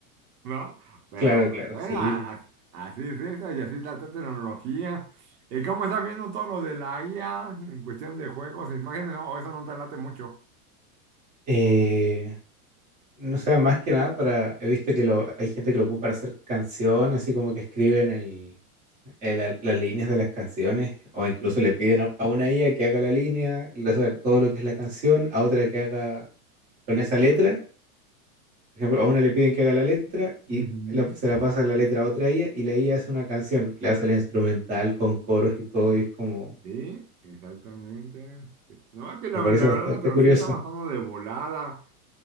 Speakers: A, on the right; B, on the right.
A: ¿no? Pero
B: claro,
A: pues,
B: claro,
A: bueno,
B: sí.
A: as- así es eso, y así es la tecnología. ¿Y cómo estás viendo todo lo de la IA en cuestión de juegos e imágenes? ¿O eso no te late mucho?
B: Eh, no sé, más que nada para, he visto que lo, hay gente que lo ocupa para hacer canciones, así como que escriben el, el- la- las líneas de las canciones, o incluso
A: Sí,
B: le piden a, a una IA que haga la línea, le- o sea, todo lo que es la canción, a otra que haga con esa letra Por ejemplo, a una le piden que haga la letra y
A: Ujú.
B: la- se la pasa la letra a otra IA y la IA hace una canción, le hace la instrumental con coros y todo y es como,
A: Sí, exactamente. No, es que la,
B: me parece
A: ver- la
B: bastante
A: verdad la tecnología
B: curioso.
A: está avanzando de volada.